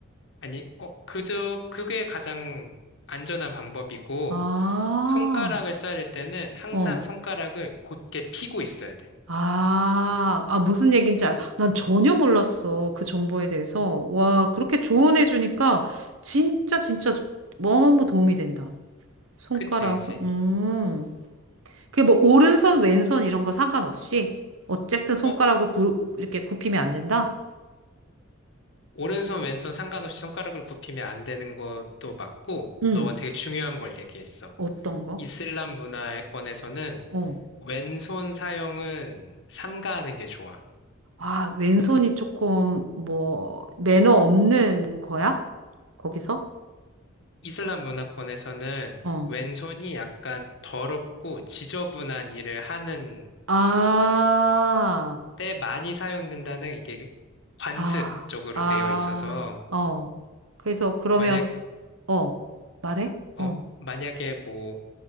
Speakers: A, on the left (about 60°); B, on the right (about 80°).
A: 아니, 어, 그저, 그게 가장 안전한 방법이고,
B: 아.
A: 손가락을 써야 될 때는 항상
B: 어.
A: 손가락을 곧게 펴고 있어야 돼.
B: 아, 아, 무슨 얘기인지 알, 난 전혀 몰랐어. 그 정보에 대해서. 와, 그렇게 조언해주니까 진짜, 진짜 너무 도움이 된다. 손가락,
A: 그치, 그치.
B: 음. 그게 뭐, 오른손, 왼손 이런 거 상관없이? 어쨌든 손가락을
A: 어,
B: 구, 이렇게 굽히면 안 된다?
A: 오른손, 왼손 상관없이 손가락을 굽히면 안 되는 것도 맞고,
B: 음.
A: 너가 되게 중요한 걸 얘기했어.
B: 어떤 거?
A: 이슬람 문화권에서는
B: 어.
A: 왼손 사용은 삼가하는 게 좋아.
B: 아, 왼손이 조금, 뭐, 매너 없는 거야? 거기서?
A: 이슬람 문화권에서는
B: 어.
A: 왼손이 약간 더럽고 지저분한 일을 하는
B: 아.
A: 때 많이 사용된다는 이게 관습
B: 아,
A: 쪽으로
B: 아,
A: 되어 있어서
B: 어. 그래서 그러면,
A: 만약
B: 어, 말해?
A: 어
B: 어,
A: 만약에 뭐